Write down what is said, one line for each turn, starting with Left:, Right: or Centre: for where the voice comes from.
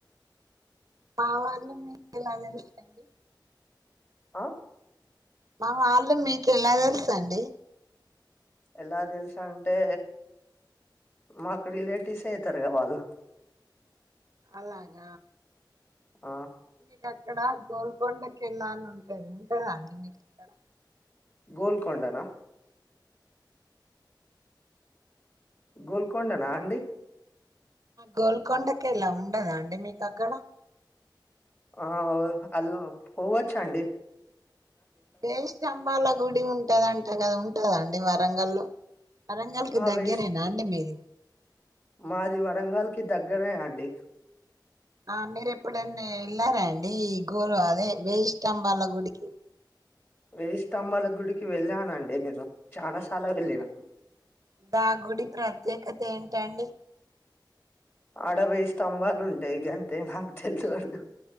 Right: మా వాళ్ళు మీకు ఎల తెలుసండి
Left: ఆ
Right: మా వాళ్ళు మీకు ఎల తెలుసండి
Left: ఎలా తెల్స్ అంటే మాకు రిలేటివ్స్ అయీతారుగా వాళ్ళు
Right: అలాగ
Left: ఆ
Right: మీకు అక్కడ గోల్కొండకి వెళ్ళాలి అని ఉంటాది ఉంటదా అండి మీకు అక్కడ
Left: గోల్కండనా గోల్కండనా అండి
Right: గోల్కొండక కిలా ఉండదా అండి మీకు అక్కడ
Left: ఆ అవే హలో పోవచ్చండి
Right: వేయి స్టంభాల గుడి ఉంటదంటడి. టే గది ఉంటదా అండి వరంగల్లో వరంగల్కి
Left: ఆ
Right: దగ్గరేనా
Left: వేయి
Right: అండి మీది.
Left: మాది వరంగల్కి దగ్గరే అండి
Right: ఆ మీరు ఎప్పుడన్న వెళ్లారాండి ఈ గోరు అదే వేయిష్టంబాల గుడికి
Left: వెేయి స్టంభాల గుడికి వెళ్ళానండి నేను చాలా సాలా వెళ్ళిన
Right: గా గుడి ప్రత్యేకత ఏంటండి
Left: ఆడవేయి స్తంభాలు ఉంటాయి గంతే నాకు తెలవదు